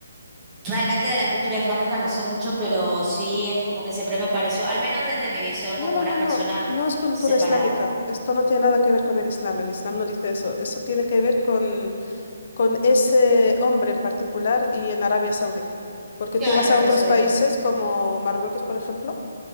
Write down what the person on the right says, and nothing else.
Realmente de la cultura islámica no sé mucho, pero sí es como que siempre me pareció, al menos desde mi visión,
como
una
persona
separada.
Claro,
en
Arabia
Saudita.